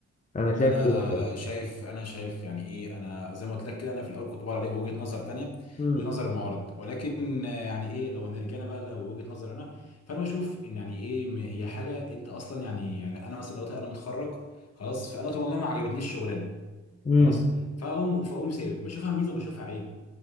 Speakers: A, on the left; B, on the left.
A: انا شايف
B: انا
A: كده بصراحه
B: شايف انا شايف يعني ايه انا زي ما قلت لك كده انا في الاول كنت بقول عليه وجهه نظر تانية
A: امم
B: وجهه نظر المعارض ولكن آه، يعني ايه لو هنرجعنا بقى لو وجهه نظر انا فانا بشوف ان يعني ايه م- هي حاجه انت اصلا يعني يعني انا مثلا دلوقتي انا متخرج خلاص فانا قلت والله ما عجبتنيش الشغلانه
A: امم
B: خلاص فاقوم فاقوم سايب بشوفها ميزه وبشوفها عيب